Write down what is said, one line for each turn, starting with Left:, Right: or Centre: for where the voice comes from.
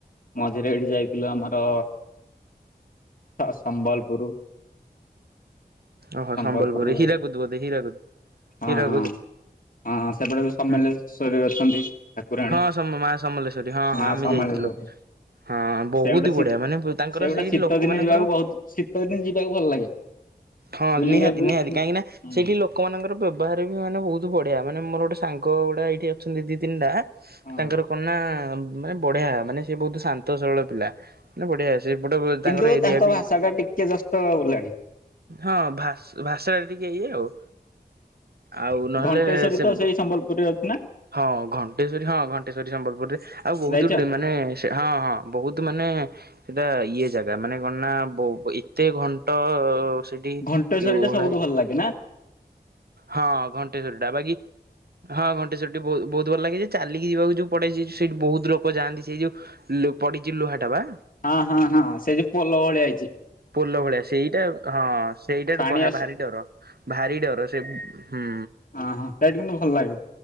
Left: ମଝିରେ ଏଇଠି ଯାଇଥିଲୁ ଆମର ସ ସମ୍ବଲପୁରୁ।
Right: ଓହୋ
Left: ସମ୍ବଲପୁରୁ
Right: ସମ୍ବଲପୁର ହୀରାକୁଦ ବୋଧେ ହୀରାକୁଦ ହୀରାକୁଦ
Left: ହଁ ହଁ ହଁ ସେପଟେ ବି ସମଲେଇ
Right: ହୁଁ
Left: ଶରି ଅଛନ୍ତି। ଠାକୁରାଣୀ
Right: ହଁ ସ ମା ସମଲେଶ୍ଵରୀ ହଁ
Left: ମା
Right: ହଁ ଆମେ
Left: ସମଲେଶ୍ଵରୀ।
Right: ଯାଇଥିଲୁ। ହଁ ବହୁତ
Left: ସେ ଗୋଟେ ଶୀ
Right: ବଢିଆ ମାନେ ପ ତାଙ୍କର
Left: ସେ ଗୋଟେ
Right: ସେଇ
Left: ଶୀତ
Right: ଲୋକ
Left: ଦିନେ
Right: ମାନଙ୍କର
Left: ଯିବାକୁ ବହୁତ ଶୀତ ଦିନେ ଯିବାକୁ ଭଲ ଲାଗେ
Right: ହଁ
Left: ବୁଲିବାକୁ
Right: ନିହାତି ନିହାତି
Left: ହୁଁ
Right: କାହିଁକି ନା ସେଠି ଲୋ କମାନଙ୍କର ବ୍ୟବହାର ବି ମାନେ ବହୁତ ବଢ଼ିଆ ମାନେ ମୋର ଗୋଟେ ସାଙ୍ଗ ଗୁଡ଼ା ଏଇଠି ଅଛନ୍ତି ଦି ତିନିଟା
Left: ହଁ
Right: ତାଙ୍କର କଣ ନା ଅ ମାନେ ବଢିଆ ମାନେ ସେ ବହୁତ ଶାନ୍ତ ସରଳ ପିଲା। ନା ବଢିଆ ସେପଟ ବ
Left: କିନ୍ତୁ
Right: ତାଙ୍କର ଏରିଆ
Left: ତାଙ୍କ
Right: ବି
Left: ଭାଷା ଟା ଟିକେ ଜଷ୍ଟ ବୋଲାଣି।
Right: ହଁ ଭାସ୍ ଭାଷା ଟା ଟିକେ ଇଏ ଆଉ। ଆଉ ନହେଲେ
Left: ଘଣ୍ଟେଶ୍ଵରୀ
Right: ସେ
Left: ତ ସେଇ ସମ୍ବଲପୁରରେ ଅଛି ନା
Right: ହଁ ଘ ଣ୍ଟେଶ୍ଵରୀ ହଁ ଘଣ୍ଟେଶ୍ଵରୀ ସମ୍ବଲପୁରରେ ଆଉ ବହୁତୁ
Left: ଯାଇଛ?
Right: ଡେ ମାନେ ସେ ହଁ ହଁ ବହୁତୁ ମାନେ ସେଟା ଇଏ ଜାଗା ମାନେ କଣ ନା ବଉ ଏତେ ଘଣ୍ଟ ସେଠି
Left: ଘଣ୍ଟେଶ୍ଵରୀ
Right: ଏ ଓହଳା
Left: ଟା
Right: ହେଇଚି
Left: <unintelligible>
Right: ହଁ ଘଣ୍ଟେଶ୍ଵରୀ ଟା ବାକି ହଁ ଘଣ୍ଟେଶ୍ଵରୀ ଟି ବହୁ ବହୁତ ଭଲ ଲାଗେ ଯେ ଚାଲିକି ଯିବାକୁ ଯଉ ପଡେ ସେ ସେଇଠୁ ବହୁତ୍ ଲୋକ ଯାଆନ୍ତି ସେଇ ଯୋଉ ଲୋ ପଡିକି ଲୁହା ଡ଼ବା।
Left: ହଁ- ହଁ- ହଁ ସେ ଯଉ ପୋଲ ଭଳିଆ ହେଇଚି।
Right: ପୋଲ ଭଳିଆ ସେଇଟା ହଁ ସେଇଟା
Left: ପାଣି
Right: ଭା-
Left: ଆସୁ
Right: ଭାରି ଡର ଭାରି ଡର ସେ ହୁଁ।
Left: ହଁ -ହଁ <unintelligible> କିନ୍ତୁ ଭଲ ଲାଗେ।